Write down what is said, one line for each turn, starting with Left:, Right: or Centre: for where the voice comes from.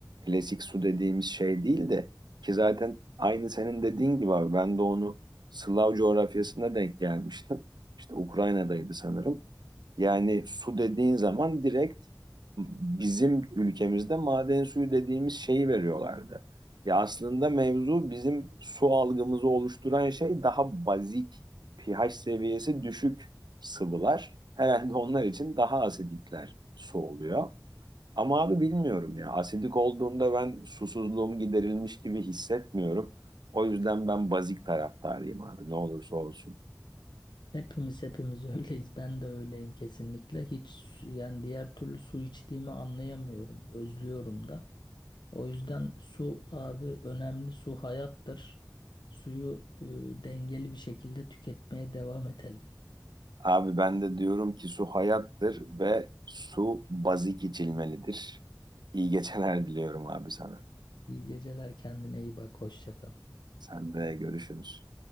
Right: Klasik su dediğimiz şey değil de ki zaten aynı senin dediğin gibi abi ben de onu Slav coğrafyasına denk gelmiştim. İşte Ukrayna'daydı sanırım. Yani su dediğin zaman direkt bizim ülkemizde maden suyu dediğimiz şeyi veriyorlardı. Ya aslında mevzu bizim su algımızı oluşturan şey daha bazik, pH seviyesi düşük sıvılar. Herhalde onlar için daha asidikler su oluyor. Ama abi bilmiyorum ya. Asidik olduğunda ben susuzluğum giderilmiş gibi hissetmiyorum. O yüzden ben bazik taraftarıyım abi ne olursa olsun.
Left: Hepimiz hepimiz öyleyiz. Ben de öyleyim kesinlikle. Hiç su- yani diğer türlü su içtiğimi anlayamıyorum. Özlüyorum da. O yüzden su abi önemli. Su hayattır. Suyu e, dengeli bir şekilde tüketmeye devam edelim.
Right: Abi ben de diyorum ki su hayattır ve su bazik içilmelidir. İyi geceler diliyorum abi sana.
Left: İyi geceler kendine iyi bak. Hoşça kal.
Right: Sen de görüşürüz.